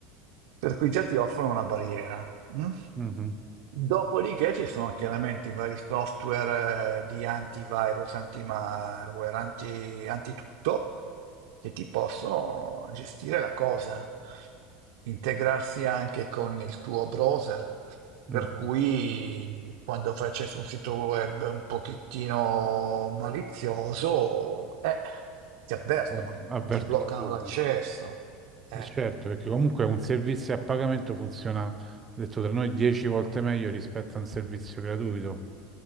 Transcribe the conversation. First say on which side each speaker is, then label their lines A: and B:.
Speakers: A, on the right (about 70°); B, on the right (about 15°).
A: Per cui già ti offrono una barriera. Mm?
B: mhm,
A: Dopodiché ci sono chiaramente i vari software eh, di antivirus, antimalware, anti, antitutto, che ti possono gestire la cosa, integrarsi anche con il tuo browser,
B: mhm.
A: per cui quando fai accesso a un sito web un pochettino malizioso, eh, ti avvertono,
B: Poi Avvertono
A: ti bloccano
B: subito.
A: l'accesso. eh.
B: E certo, perché comunque un servizio a pagamento funziona, detto tra noi, 10 volte meglio rispetto a un servizio gratuito,